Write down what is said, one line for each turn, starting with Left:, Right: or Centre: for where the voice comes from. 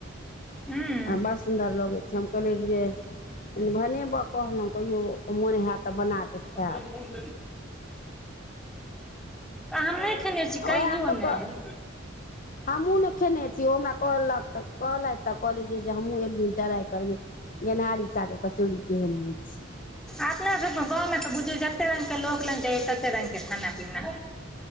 Centre: हूँ
Left: आ बस्स सुन्दर लगै छै हम कहने रहियै जे भने ब कहलौ कहिओ मोन हेयत तऽ बना कऽ
Centre: <unintelligible>
Left: खायब
Centre: हूॅं त हम नहि खेने छी
Left: ओएह
Centre: कहियो
Left: लोकके
Centre: नहि
Left: हमहूँ नहि खेने छी ओ हमरा कहलक त कहलथि त कहलियै जे हमहूँ एक दिन टराइ करबे गेनहारी साग के कछोरी नैय छैय
Centre: अपना सभके गाव मे तऽ बुझियौ जतेक रंगके लोक लग जाबै ततेक रंगके खाना पीना